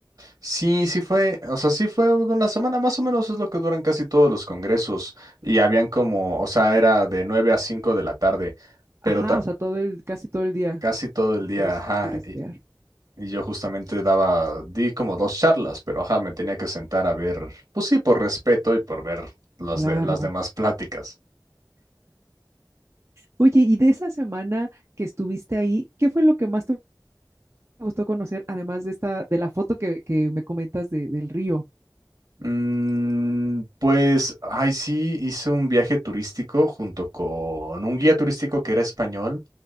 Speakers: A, on the right (about 60°); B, on the right (about 35°).
A: Sí, sí fue, o sea, sí fue una semana más o menos, es lo que duran casi todos los congresos y habían como, o sea, era de 9 a 5 de la tarde, pero
B: Ajá,
A: ta-
B: o sea, todo el, casi todo el día
A: casi todo el día,
B: puedes
A: ajá,
B: turistear.
A: y, y yo justamente daba, di como dos charlas, pero ajá, me tenía que sentar a ver, pues sí, por respeto y por ver los
B: Claro.
A: de, las demás pláticas.
B: Oye, y de esa semana que estuviste ahí, ¿qué fue lo que más te gustó conocer, además de esta, de la foto que, que me comentas de- del río?
A: Mm, pues, ay, sí, hizo un viaje turístico junto con un guía turístico que era español